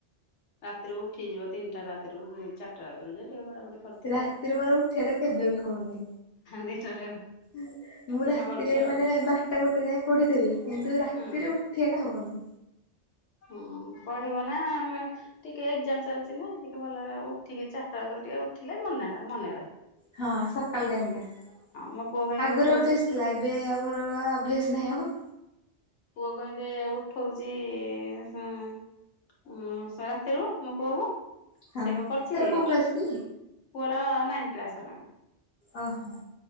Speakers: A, on the left; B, on the left.
A: ରାତିରେ ଉଠିଯିବ ତିନିଟା ରାତିରେ ଚାରିଟା ରାତିରୁ ଯେ ଟିକେ ପଢ଼ାପଢ଼ି କରିଥିବ
B: ରାତିରେ
A: ଆଉ।
B: ମୋର ଉଠିବା ଟା କେବେ ବି ହଉନି।
A: ଦିନରେ
B: ମୁଁ
A: ଯାହା
B: ରାତିରେ
A: ପଢ଼ୁଛ ଆଉ
B: ମାନେ ବା ଵାର ଟା ଗୋଟେ ଯାଏ ପଢିଦେବି କିନ୍ତୁ ରାତିରେ
A: ହୁଁ
B: ଉଠିବାଟା ହବନି।
A: ହୁଁ ପଢିବ ନା ଟିକେ ଏକ୍ଜାମ ଚାଲିଛି ନା ଟିକେ ଭଲରେ ଉଠିକି ଚାରଟା ଥରୁ ଟିକେ ଉଠିଲେ ମନେ ଟା ମନେ ରହେ।
B: ହଁ ସକାଳ ଟାଇମ୍
A: ମୋ ପୁଅ କେମିତି
B: ଆଗରୁ
A: ଉଠଉଛି
B: ଅଭ୍ୟାସ ଏବେ ଆମର ଅଭ୍ୟାସ ନାହିଁ ଆଉ।
A: ପୁଅ କ ଏଁତେ ଉଠଉଛି ହଁ। ହୁଁ ରାତିରୁ ମୋ ପୁଅକୁ।
B: ହଁ
A: ସେ କଣ କରୁଛି
B: ତାର କୋଉ କ୍ଲାସ କି
A: ପୁଅର ନାଇନ୍ କ୍ଳାସ ହେଲାଣି।
B: ଓ ହୋ।